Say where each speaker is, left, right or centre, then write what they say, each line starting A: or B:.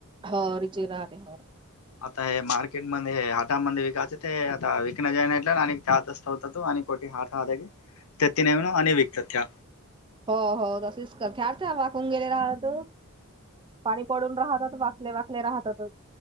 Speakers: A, on the right (about 20°); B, on the left (about 85°).
A: हो रिजे राह र हो
B: ह आता हे मार्केटमध्येध्ये हे हाटामध्ये विकायचं ते आता विकणं ज नाहीट आणि चहात असतता होत तो आणि कोटी हातथ हागे तेत्नेवन अनिवीिक तथ्य
A: हो हो तसेच करते अर्थ वाकून गेले राहत पाणी पडून राहतात वाकले वाकले राहतातच.